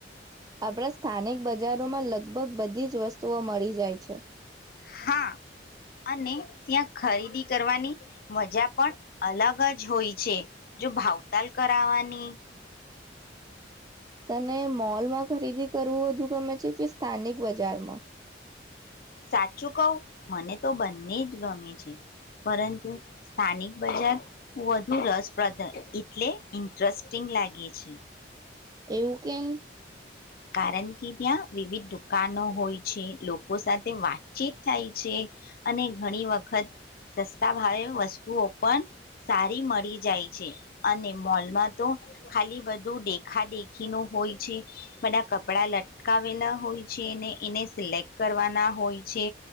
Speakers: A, on the right; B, on the left.
A: આપણા સ્થાનિક બજારોમાં લગભગ બધી જ વસ્તુઓ મળી જાય છે.
B: હા અને ત્યાં ખરીદી કરવાની મજા પણ અલગ જ હોય છે જો ભાવતાલ કરાવવાની.
A: તને મોલમાં ખરીદી કરવું બુ ગમે છે કે સ્થાનિક બજારમાં.
B: સાચું કવ મને તો બંને જ ગમે છે પરંતુ સ્થાનિક બજાર વધુ રસપ્રદાન એટલે ઇન્ટરેસ્ટિંગ લાગે છે.
A: એવું કેમ.
B: કારણ કે ત્યાં વિવિધ દુકાનો હોય છે લોકો સાથે વાતચીત થાય છે અને ઘણી વખત સસ્તા ભાવે વસ્તુઓ પણ સારી મળી જાય છે અને મોલમાં તો ખાલી બધું દેખા દેખી ન હોય છે. બધા કપડા લટકાવેલા હોય છે ને એને સિલેક્ટ કરવાના હોય છે